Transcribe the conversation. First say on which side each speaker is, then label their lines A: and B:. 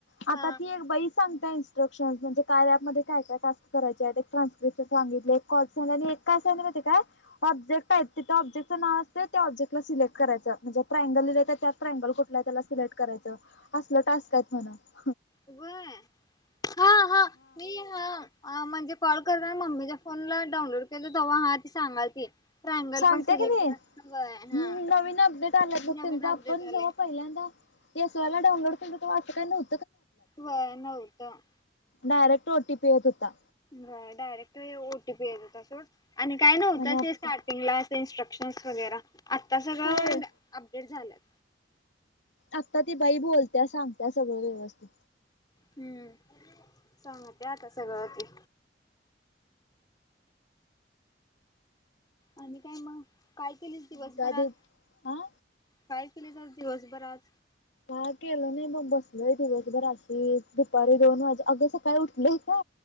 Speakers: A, on the left (about 80°); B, on the left (about 20°).
A: आता
B: हा
A: ती एक बई सांगता इन्स्ट्रक्शन्स म्हणजे कार्या ऍपमध्ये काय काय टास्क कराय एक ट्रान्स्क्रिप्शन सांगितल एक कॉल एक काय सांगितलं माहिती हाय का ओब्जेक्ट आहेत तिथं ऑब्जेक्ट चं नाव असते त्या ओब्जेक्टला सिलेक्ट करायचं म्हणजे ट्रांगल दिलंय तर त्यात ट्राँगल कुठला हाय त्याला सिलेक्ट करायचं. असलं टास्क आहेत म्हण
B: व्हय हा हा मी हा अ म्हणजे कॉल करता मम्मीच्या फोनला डाउनलोड केलं तवा हा ती सांगालती ट्रायंगल
A: सांगते
B: पण सिलेक्ट
A: की नाही हम्म
B: कर व्हय हा
A: नवीन अपडेट आला बघ
B: नवीन अपडेट
A: आपण
B: आलंय
A: जेव्हा पहिल्यांदा एस वाय ला डानलोड केलत तवा असं काय नव्ह
B: व्हय नव्हत.
A: डायरेक्ट ओटीपी येत होता.
B: व्हा डायरेक्ट ओटीपी येत सोड आणि काय नव्हतं
A: आणि आता
B: ते स्टार्टिंगला इन्स्ट्रक्शनस वगैरे आता सगळं
A: होय
B: अपडेट झाल्यात.
A: आत्ता ती बाई बोलत्या सांगत्या सगळं व्यवस्थित.
B: हम्म सांगतुला आता सगळं ती आणि काय मग काय केलीस दिवसभर
A: आणि काय
B: आज
A: ते हा
B: काय? केलीस आज दिवसभर आज
A: काय केलं नाय बघ बसलोय दिवसभर अशी दुपारी दोन वाजे अग सकाळी उठलो होतो